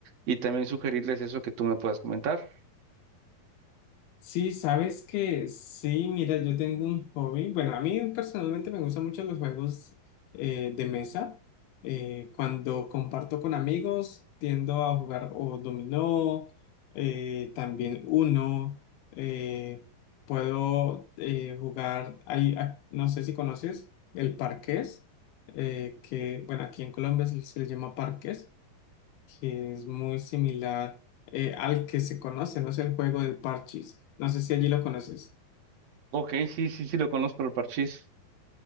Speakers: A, on the right; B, on the left.
A: y también sugerirles eso que tú me puedas comentar.
B: Sí, sabes que sí, mira, yo tengo un hobby. Bueno, a mí personalmente me gustan mucho los juegos eh, de mesa. Eh, cuando comparto con amigos, tiendo a jugar o dominó, eh, también uno. eh, puedo eh, jugar, hay, ah, no sé si conoces el parqués, eh, que bueno, aquí en Colombia se se le llama parqués que es muy similar eh, al que se conoce, no sé, el juego de parches. No sé si allí lo conoces.
A: Ok, sí, sí, sí, lo conozco, el parchís.